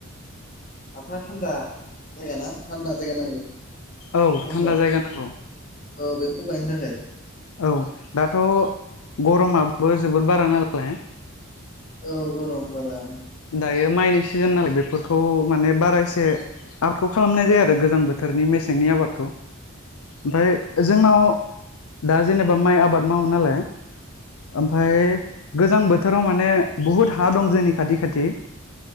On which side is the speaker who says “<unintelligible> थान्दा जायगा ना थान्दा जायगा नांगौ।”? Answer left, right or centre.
Left